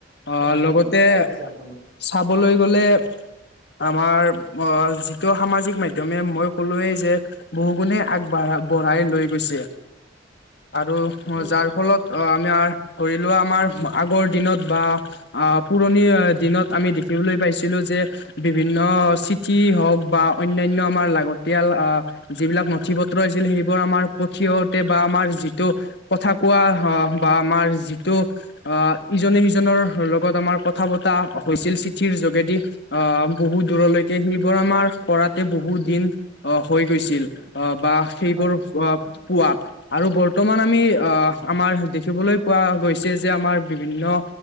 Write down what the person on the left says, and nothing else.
অঁ
লগতে
চাবলৈ গ'লে আমাৰ অ' যিটো সামাজিক মাধ্যমে মই ক'লোৱেই যে বহু গুণে আগবাঢ়া বঢ়াই লৈ গৈছে, আৰু
যাৰ ফলত অ' আমাৰ ধৰি লোৱা আমাৰ আগৰ দিনত বা আঁহ পুৰণি অ দিনত আমি দেখিবলৈ পাইছিলো যে বিভিন্ন চিঠি হওঁক বা অন্যান্য আমাৰ লাগতিয়াল আহ' যিবিলাক নথি পত্ৰ আছিল, সেইবোৰ আমাৰ ফট থিহতে বা আমাৰ যিটো কথা হ' কোৱা বা আমাৰ যিটো আহ' ইজনে সিজনৰ লগত আমাৰ কথা পতা হৈছিল, চিঠিৰ যোগেদি। আ বহু দূৰলৈকে সেইবোৰ আমাৰ কৰাতে বহুত দিন অহ হৈ গৈছিল আহ বা সেইবোৰ
ৱা পোৱাত আৰু বৰ্তমান আমি অ'হ আহ আমাৰ দেখিবলৈ পোৱা গৈছে যে আমাৰ বিভিন্ন